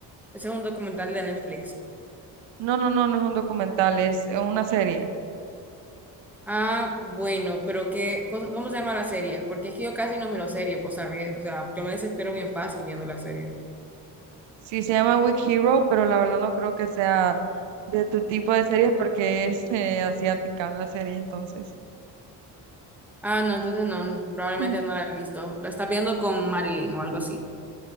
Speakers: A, in the centre; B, on the right (about 75°).
A: Ese es un documental de Netflix.
B: No, no, no, no es un documental, es una serie.
A: Ah, bueno, pero qué, cos- ¿cómo se llama la serie? Porque es que yo casi no miro serie, pues sabes, o sea, yo me desespero bien fácil viendo la serie.
B: Sí, se llama Weak Hero, pero la verdad no creo que sea de tu tipo de series porque es eh, asiática la serie, entonces.
A: Ah, no, entonces no, probablemente
B: Mm.
A: no la he visto. La estás viendo con Marilyn o algo así.